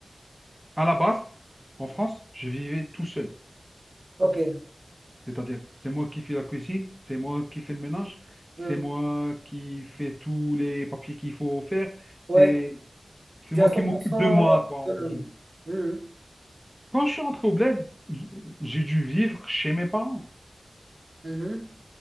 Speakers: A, in the centre; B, on the right.
A: à la base, en France, je vivais tout seul.
B: ok,
A: C'est-à-dire, c'est moi qui fais la cuisine, c'est moi qui fais le ménage, c'est
B: Hmm.
A: moi qui fais tous les papiers qu'il faut faire,
B: ouais.
A: c'est c'est
B: Tu
A: moi
B: es à cent
A: qui m'occupe
B: pour cent
A: de moi,
B: euh,
A: quoi, en résumé.
B: autonome. Mhm.
A: Quand je suis rentré au bled, j- j'ai dû vivre chez mes parents.
B: Mhm.